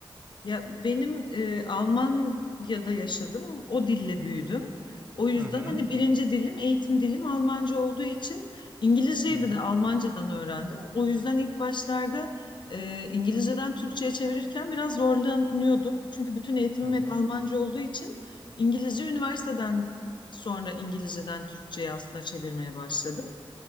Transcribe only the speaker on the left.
Ya benim e, Almanya'da yaşadım. O dille büyüdüm. O yüzden
hani birinci dilim, eğitim dilim Almanca olduğu için İngilizceyi
de, de Almancadan öğrendim. O yüzden ilk başlarda e, İngilizceden Türkçe'ye çevirirken biraz zorlanıyordum. Çünkü bütün eğitimim
hep Almanca olduğu için İngilizce üniversiteden sonra İngilizceden Türkçe'ye aslında çevirmeye başladım.